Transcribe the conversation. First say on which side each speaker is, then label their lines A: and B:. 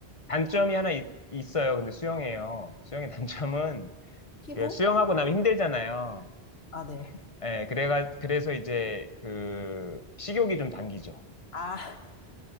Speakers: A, on the left (about 30°); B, on the left (about 70°).
A: 단점이 하나 있, 어요 근데 수영이에요. 수영의 단점은
B: 피부?
A: 그 수영하고 나면 힘들잖아요.
B: 아, 네.
A: 예, 그래가 그래서 이제 그 식욕이 좀 당기죠.
B: 아,